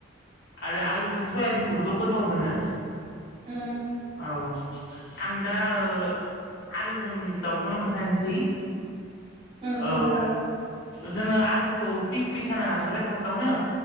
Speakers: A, on the left; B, on the right.
A: आरो आलुजों सयाबिनखौबोथ' गोथाव मोनो।
B: ओम।
A: औ आं दा ओ आलुजों दाउखौनो खोन्थानोसै
B: उम
A: औ
B: खोन्थाजागोन
A: जोङो आलुखौ फिस फिस साना लाग्रोबाय फार्स्टआवनो